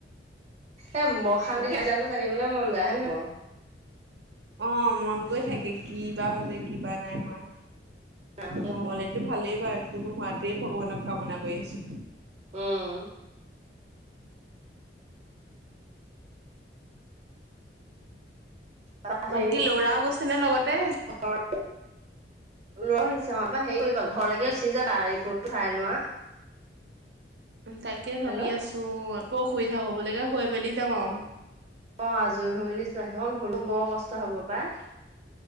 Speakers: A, on the right; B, on the right.
A: এ অশান্তি
B: তাৰপা
A: লাগি যায় ৰিজালটো জানিবলৈলে মন যায় হয় নে নহয়?
B: অ', মন গৈ থাকে কি বা হৈছে কিবা নাই হয়।
A: অ সেইটোৱে
B: নহলেতো ভালেই বাই কোনো হোৱাতে ভগৱানক কামনা কৰি আছো।
A: উম। তাৰপা হেৰি
B: বাকী লৰাও গৈছে নে লগতে?
A: <inaudible> লৈ আহিছা পৰা হেৰি কৰিবা ঘৰলৈকে গুচি যাবা ৰিপৰ্টো চাই লোৱা।
B: তাকে ভাবি
A: হেল্ল'
B: আছো আকৌ অসুবিধা হ'ব লাগে হৈ মেলি যাম আৰু।
A: অ', আজৰি হৈ মেলি যোৱা সেইখন হ'লও বৰ কষ্ট হ'ব পাই।